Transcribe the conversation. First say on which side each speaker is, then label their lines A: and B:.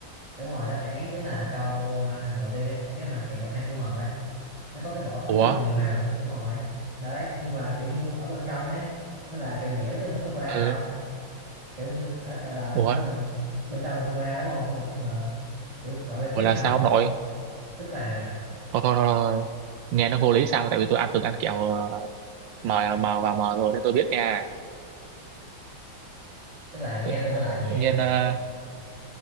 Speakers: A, on the right; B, on the right.
A: đúng rồi đáp án chính là câu à, đầu tiên ấy, cái mà kẹo hai chữ M ấy nó có cái vỏ cứng
B: ủa
A: và nhiều màu đúng rồi đó đấy nhưng mà kiểu như ở bên trong ấy nó là kẹo dẻo chứ không phải sô cô la
B: ừ
A: đâu kiểu như ở là
B: ủa
A: nó là bên trong là sô cô la đúng không nhưng mà khi mà kiểu gọi là cái
B: ủa
A: màu
B: là sao
A: vỏ
B: ông nội
A: tức là
B: thôi thôi thôi, thôi. nghe nó vô lý sao tại vì tôi ăn từng ăn kẹo ờ, mờ mờ và mờ rồi nên tôi biết nha
A: tức là nha
B: tự,
A: tôi nói lại nha
B: tự nhiên ờ